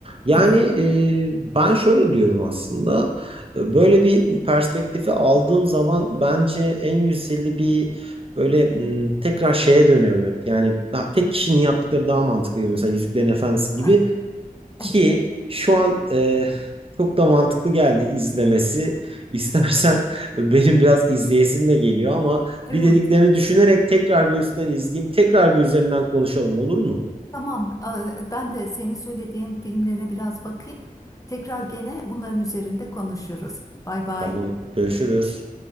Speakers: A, on the right (about 40°); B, on the left (about 20°).
A: Yani
B: evet.
A: e, ben şöyle diyorum aslında. E, Böyle bir perspektifi aldığım zaman bence en güzeli bir Böyle m, tekrar şeye dönüyorum hep. Yani daha- tek kişinin yaptıkları daha mantıklı gibi. Mesela Yüzüklerin Efendisi
B: Ha,
A: gibi ki
B: evet,
A: şu an e, çok da mantıklı geldi izlemesi. İstersen <laughs> benim biraz izleyesim de geliyor ama
B: evet.
A: bir dediklerini düşünerek tekrar bir üstten izleyeyim. Tekrar bir üzerinden konuşalım olur mu?
B: Tamam, e, ben de senin söylediğin filmlere biraz bakayım. Tekrar gene bunların üzerinde konuşuruz. Bay bay.
A: Tamam, görüşürüz.